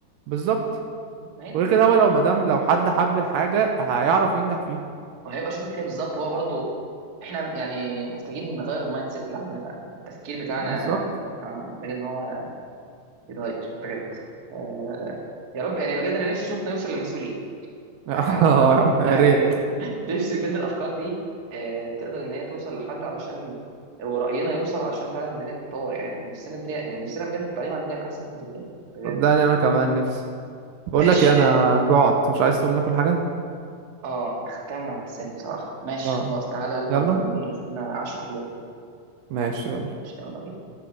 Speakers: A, on the right; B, on the right.
A: بالظبط
B: ما هي دي
A: وغير
B: الفكره
A: كده هو لو مدام لو حد حب الحاجة هيعرف ينجح فيها
B: وهيبقى شاطر فيها بالظبط هو برضو احنا يعني محتاجين نغير المايند سيت اللي عندنا فعلا التفكير بتاعنا
A: بالظبط
B: بت... آه محتاج ان هو يتغير بجد آه يا رب يعني بجد انا نفسي صوتنا يوصل للمسؤولين <laughs>
A: <laughs> اه
B: يعني عارف انت <laughs>
A: يا
B: يعني
A: ريت
B: نفسي نفسي بجد الافكار دي آه تقدر ان هي توصل لحد علشان ورأينا يوصل علشان فعلا الدنيا تتطور يعني نفسنا الدنيا يعني نفسنا بجد التعليم عندنا يبقى احسن حاجه في الدنيا بجد
A: صدقني انا كمان نفسي بقول
B: ماشي
A: لك ايه انا جعت مش عايز تقوم ناكل حاجة
B: اه خدتها من على لساني بصراحه ماشي
A: اه
B: خلاص تعالى يلا
A: يلا
B: نقوم نشوف لنا عشوه حلوه كده
A: ماشي يلا
B: ماشي يلا بينا